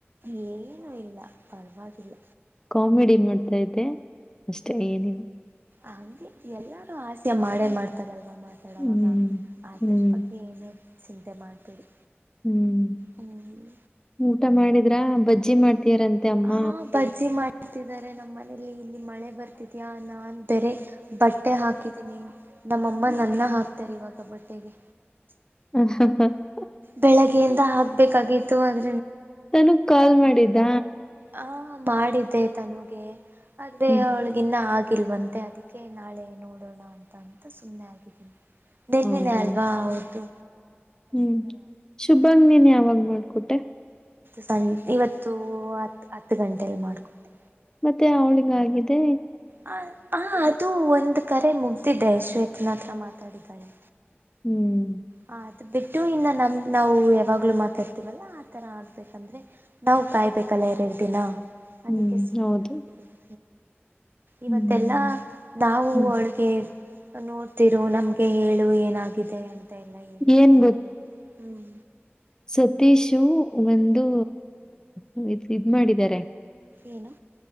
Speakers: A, on the right; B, on the left.
A: ಏನುೂ ಇಲ್ಲ ಪರವಾಗಿಲ್ಲ
B: ಕಾಮಿಡಿ ಮಾಡ್ತಾ ಇದತೆ ಅಷ್ಟೇ ಏನನು
A: ಹಗೆ ಎಲ್ಲಾರು ಆಸೆ ಮಾಡೇ ಮಾಡ್ತಾರಲ್ಲ ಮಾತಾಡವಾಗ
B: ಹ್ಮ್,
A: ಅದ್ರ
B: ಹ್ಮ್,
A: ಬಗ್ಗೆ ಏನು ಚಿಂತೆ ಮಾಡ್ಬೇಡಿ
B: ಹ್ಮ್
A: ಹ್ಮ್
B: ಊಟ ಮಾಡಿದ್ರ ಬಜ್ಜಿ ಮಾಡ್ತಯಾರಂತೆ ಅಮ್ಮ
A: ಆ ಬಜ್ಜಿ ಮಾಡ್ತಿದ್ದಾರೆ ನಮ್ಮ ಮನೇಲಿ ಇಲ್ಲಿ ಮಳೆ ಬರ್ತಿದ್ಯಾ ನ ಅಂದರೆ ಬಟ್ಟೆ ಹಾಕಿದ್ದೀನಿ ನಮ್ಮಮ್ಮ ನನ್ನ ಹಾಕ್ತಾರೆ ಇವಾಗ ಬಟ್ಟೆಗೆ
B: ಹ ಹಾ ಹಾ <inaudible>
A: ಬೆಳಗ್ಗೆಯಿಂದ ಆಗ್ ಬೇಕಾಗಿತ್ತು ಆದ್
B: ತನುಗ್ ಕಾಲ್ ಮಾಡಿದ್ದ
A: ಹ ಮಾಡಿದ್ದೆ ತನುಗೆ ಅದೇ
B: ಹ್ಮ್
A: ಅವಳಗಿನ್ನ ಹಾಗೆ ಇಲ್ವಂತೆ ಅದಕ್ಕೆ ನಾಳೆ ನೋಡೋಣ ಅಂತ ಅಂತ ಸುಮ್ಮ್ನೆ ಆಗಿದ್ದೀನಿ ನಿನ್ನಿನೇ
B: ಹೌದಾ
A: ಅಲ್ವಾ ಹೌದು
B: ಹ್ಮ್ ಶುಭಂಗ್ ನೀನ್ ಯಾವಾಗ್ ಮಾಡ್ಕೊಟ್ಟೆ
A: ಸಣ್ ಇವತ್ತು ಹತ್ ಗಂಟೆಲ್ ಮಾಡ್ಕೊಟ್ಟೆ
B: ಮತ್ತೆ ಅವಳಿಗ್ ಆಗಿದೆ
A: ಹ ಹ ಅದು ಒಂದು ಕರೆ ಮುಗ್ದಿದ್ದೆ ಶ್ವೇತನತ್ರ ಮಾತಾಡಿದ್ದಾಳೆ
B: ಹ್ಮ್
A: ಹ ಅದು ಬಿಟ್ಟು ಇನ್ನ ನಮ್ ನಾವು ಯಾವಾಗ್ಲೂ ಮಾತಾಡ್ತಿವಲ್ಲ ಆತರ ಆಗ್ಬೇಕಂದ್ರೆ ನಾವ್ ಕಾಯಿಬೇಕಲ್ಲ ಎರಡ್ ದಿನ
B: ಹ್ಮ್
A: ಅದಿಕ್ಕೆ ಸುಮ್ನೆ
B: ಹೌದು
A: ಆಗಿದೀನಿ
B: ಹ್ಮ್
A: ಇವತ್ತೆಲ್ಲಾ ನಾವು
B: ಹ್ಮ್
A: ಅವಳಿಗೆ ನೋಡ್ತಿರು ನಮ್ಗೆ ಹೇಳು ಏನಾಗಿದೆ ಅಂತ ಅಂತ ಎಲ್ಲ ಏಳಿದ್ವಿ
B: ಏನ್
A: ಹ್ಮ್
B: ಸತೀಷು ಒಂದು
A: ಹ್ಮ್
B: ಒಂದ್ ಇದ್ ಮಾಡಿದ್ದಾರೆ
A: ಏನು